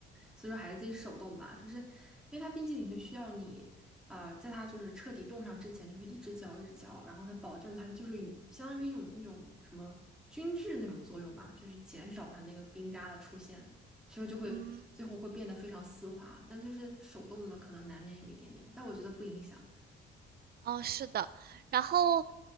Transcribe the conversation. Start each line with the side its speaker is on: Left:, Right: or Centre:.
Centre: 所以说还是自己手动吧，就是因为它冰淇淋就需要你呃，在它就是彻底冻上之前，就是一直嚼一直嚼，然后它保证它就是与相当于一种那种什么均质那种作用吧，就是减少它那个冰渣的出现。所以就会最后会变得非常丝滑，
Right: 嗯。
Centre: 但就是手动的可能难免有一点点，但我觉得不影响。
Right: 哦，是的，然后，